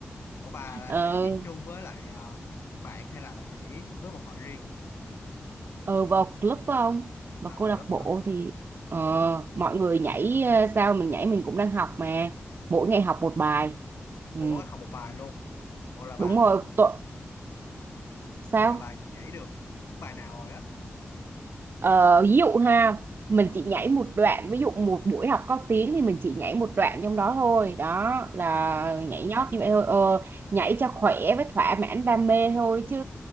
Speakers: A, on the left (about 75°); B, on the right (about 55°).
A: ủa bà là
B: Ờ,
A: nhảy chung với lại ờ, bạn hay là bà nhảy với một hội riêng?
B: ừ vào club không vào
A: À,
B: câu
A: vào
B: lạc
A: lớp
B: bộ
A: hả?
B: thì ờ,
A: À,
B: mọi người nhảy ờ, sao mình nhảy mình cũng đang học mà mỗi ngày học một bài ừ,
A: Ồ mới học một bài luôn Ồ là bà
B: đúng rồi tội sao
A: Vậy là bà nhảy được những bài nào rồi á
B: Ờ, ví dụ ha mình
A: Ờ.
B: chỉ nhảy một đoạn ví dụ một buổi học có tiếng thì mình chỉ nhảy một đoạn trong đó thôi đó là
A: à
B: nhảy nhót như vậy thôi ờ, nhảy cho khỏe với thỏa mãn đam mê thôi chứ